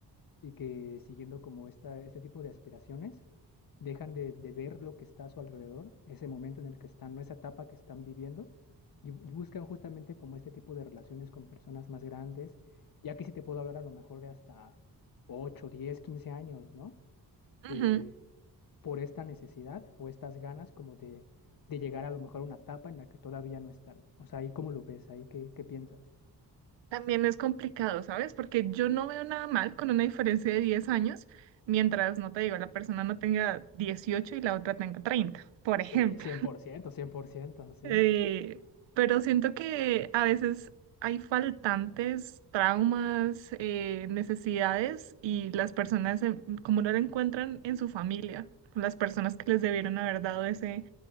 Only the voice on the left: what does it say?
y que siguiendo como esta, este tipo de aspiraciones, dejan de, de ver lo que está a su alrededor, ese momento en el que están, no esa etapa que están viviendo, y, bu- y buscan justamente como este tipo de relaciones con personas más grandes, y aquí sí te puedo hablar a lo mejor de hasta 8 10 15 años, ¿no?
Eh, por esta necesidad o estas ganas como de, de llegar a lo mejor a una etapa en la que todavía no están. O sea, ahí cómo lo ves, ahí qué, qué piensas.
Sí, cien cien por ciento cien por ciento sí.